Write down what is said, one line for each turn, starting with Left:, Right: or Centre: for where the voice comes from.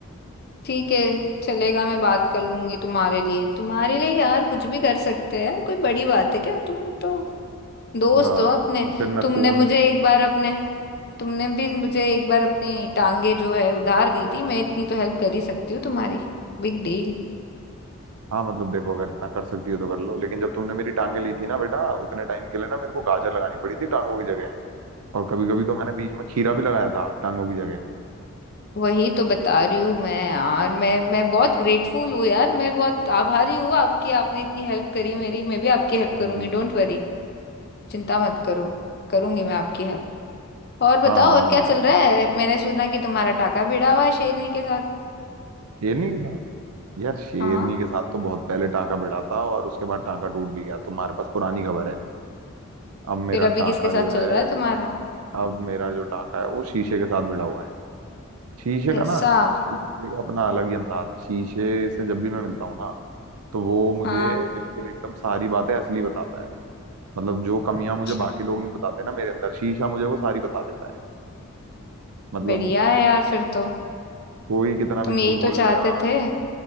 Left: ठीक है चलेगा मैं बात कर लूंगी तुम्हारे लिए तुम्हारे लिए यार कुछ भी कर सकते हैं यार कोई बड़ी बात है क्या तुम तो दोस्त
Right: बस
Left: हो अपने
Right: तो फिर नखून
Left: तुमने मुझे एक बार अपने तुमने भी मुझे एक बार अपनी टांगे जो है उधार दी थी मैं इतनी तो हेल्प कर ही सकती हूँ तुम्हारी Big deal
Right: हाँ मतलब देखो अगर इतना कर सकती हो तो कर लो लेकिन जब तुमने मेरी टांगे ली थी ना बेटा उतने टाइम के लिए ना मेरे को गाजर लगानी पड़ी थी टांगों की जगह और कभी कभी तो मैंने बीच में खीरा भी लगाया था टांगों की जगह
Left: वही तो बता रही हूँ मैं यार मैं मैं बहुत ग्रेटफुल हूँ यार मैं बहुत आभारी हूँ आपकी आपने इतनी हेल्प करी मेरी मैं भी आपकी हेल्प करूंगी
Right: हम्म
Left: डोंट वरी चिंता मत करो करूंगी मैं आपकी हेल्प और बताओ
Right: हाँ हाँ
Left: और क्या
Right: और
Left: चल
Right: क्या
Left: रहा है मैंने सुना कि तुम्हारा टाका भिड़ा हुआ है शेरनी के साथ
Right: शेरनी के साथ यार शेरनी
Left: हाँ
Right: के साथ तो बहुत पहले टांका भिड़ा था और उसके बाद टांका टूट भी गया तुम्हारे पास पुरानी खबर है अब मेरा
Left: फिर अभी
Right: टांका
Left: किसके साथ
Right: जो
Left: चल
Right: है
Left: रहा है तुम्हारा
Right: अब मेरा जो टांका है वो शीशे के साथ भिड़ा हुआ है शीशे का
Left: ऐसा
Right: ना शीशे का अपना अलग ही अंदाज है शीशे से जब भी मैं मिलता हूँ ना तो वो मुझे
Left: हाँ
Right: बिल्कुल एकदम सारी बातें असली बताता है मतलब जो कमियां
Left: अच्छा
Right: मुझे बाकी लोग नहीं बताते ना मेरे अंदर शीशा मुझे वो सारी बता देता है मतलब
Left: बढ़िया है यार फिर तो
Right: कोई कितना
Left: तुम
Right: भी झूठ
Left: यही तो
Right: बोल
Left: चाहते
Right: लेगा
Left: थे